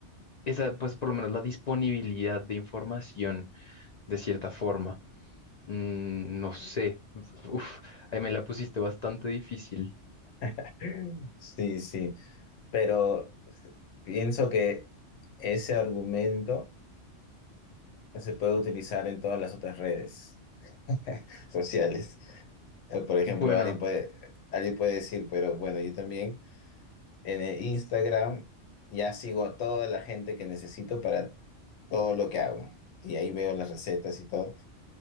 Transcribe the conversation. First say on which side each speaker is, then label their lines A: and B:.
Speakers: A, on the left; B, on the left.
A: esa, pues por lo menos la disponibilidad de información, de cierta forma. Mm, no sé, uf, ahí me la pusiste bastante difícil.
B: <laughs> Sí, sí. Pero pienso que ese argumento se puede utilizar en todas las otras redes <laughs> sociales. Eh, Por ejemplo,
A: Bueno,
B: alguien puede, alguien puede decir, pero bueno, yo también. en el Instagram ya sigo a toda la gente que necesito para todo lo que hago. Y ahí veo las recetas y todo.